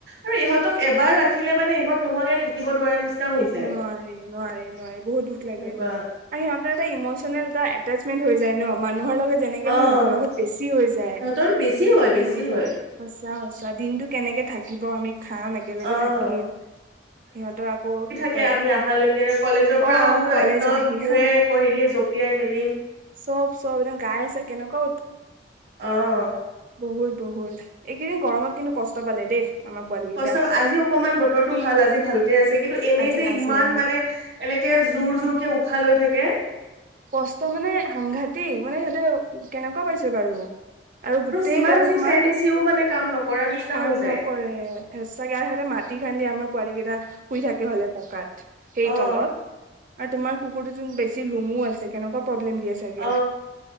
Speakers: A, on the right; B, on the right.
A: আৰু ইহঁত, এবাৰ ৰাখিলে মানে ইহত নোহোৱাকে থাকিব নোৱাৰা নিচিনা, হৈ যায়
B: নোৱাৰি', -নোৱাৰি', -নোৱাৰি', বহুত দুখ লাগে,
A: সেনেকুৱা
B: আৰু সিহঁতৰ এটা ইমচনেল এটা, এটেচমেণ্ট হৈ যায় ন', মান মানুহৰ লগত যেনেকে হয়,
A: অ',
B: সিহঁতৰ লগত বেছি হৈ যায়
A: সিহঁতৰ বেছি হয় বেছি
B: দিনটো,
A: হয়
B: চোৱা দিনটো কেনেকে থাকিব আমি, খাম, একেলগে
A: অ',
B: থাকিম, সিহঁতৰ আকৌ,
A: তাকে
B: কৰে
A: আমি আহালৈকে, কলেজৰ পৰা
B: অ
A: আহো
B: কলেজ
A: একদম
B: আহি
A: মূৰে
B: হা
A: হেৰিয়ে জপিয়াই মেলি
B: চব চব একদম গাই আছে কেনেকুৱা
A: অ',
B: বহুত-বহুত এইকেইদিন গৰমত কিন্তু কষ্ট পালে দেই। আমাৰ পোৱালি কেইটা
A: কষ্ট আজি অকনমান বতৰটো ভাল, আজি ভালকে আছে কিন্তু, এনেই
B: আজি
A: যে',
B: আজি
A: ইমান
B: উম
A: মানে এনেকে জোৰ-জোৰকে উশাহ লৈ থাকে।
B: কষ্ট মানে সাংঘাটি, তেই মানে সিহঁতে কেনেকুৱা পাইছে বাৰু, আৰু গোতেই
A: যিমান
B: আৰু
A: যি
B: তোমাৰ
A: ফেন এচিও মানে কাম নকৰা নিচিনা
B: কাম
A: হৈ যায়
B: নকৰে, হেঁচাগেহতে মাটি খান্দি আমাৰ, পোৱালী কেইটা শুই থাকে হ'লে, পকাত সেই
A: অ
B: তলত আৰু তোমাৰ কুকুৰটোত বেছি নুমো আছে কেনেকুৱা প্ৰব্লেম দিয়ে চাগে
A: অ